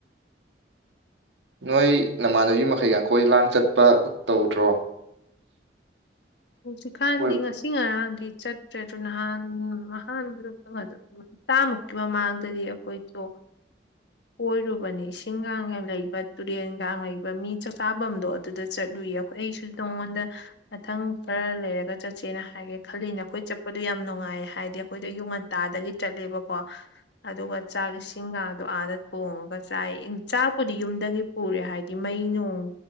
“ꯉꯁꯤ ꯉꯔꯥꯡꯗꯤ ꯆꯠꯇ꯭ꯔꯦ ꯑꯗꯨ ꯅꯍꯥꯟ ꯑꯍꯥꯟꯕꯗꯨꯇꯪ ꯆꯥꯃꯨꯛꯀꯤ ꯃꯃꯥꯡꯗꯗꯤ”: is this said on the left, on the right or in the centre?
Left